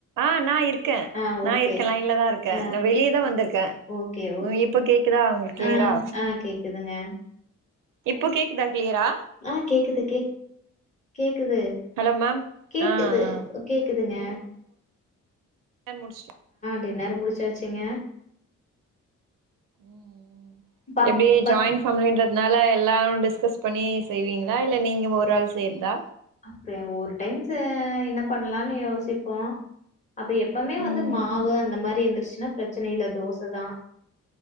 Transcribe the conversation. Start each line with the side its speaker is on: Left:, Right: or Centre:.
Right: ஆ நா இருக்கே
Left: ஆ
Right: நா
Left: ஓகே
Right: இருக்கே லைன்லதா இருக்கே
Left: ஆ
Right: நா வெளிய தா வந்துருக்கே
Left: ஓகே ஓகே
Right: ம் இப்ப கேக்குதா உங்ளுக்கு கிளியரா
Left: ஆ ஆ கேக்குதுங்க
Right: இப்போ கேக்குதா கிளியரா
Left: ஆ கேக்குது கேக்கு க்குது
Right: ஹலோ மேம்
Left: கேக்குது
Right: ஆ ஆ
Left: கேக்குதுங்க
Right: டின்னர் முடிச்
Left: டின்னெர் முடிச்சாச்சுங்க
Right: ம்
Left: பப்
Right: எப்டி
Left: பஸ்
Right: ஜாயின் ஃபேமிலின்றதுனா ல எல்லா டிஸ்கஸ் பண்ணி செய்வீங்ளா இல்ல நீங்க ஒரு ஆள் செய்றதா
Left: அப்டி ஒரு டைம்சு என்ன பண்ணலான் யோசிப்போ அப்ப எப்பமே
Right: ம்
Left: வந்து மாவு அந்த மாரி இருந்துர்ச்சுன்னா பிரச்சன இல்ல தோச தா